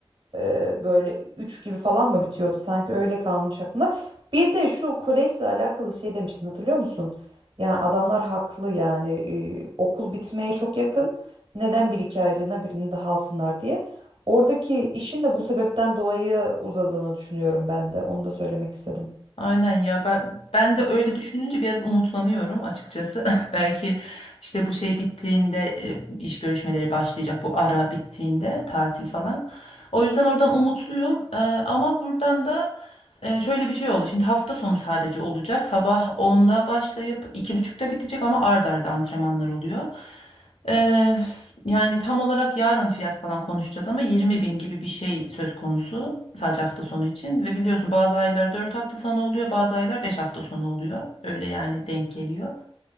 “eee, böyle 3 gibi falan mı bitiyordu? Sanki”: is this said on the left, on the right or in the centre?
Right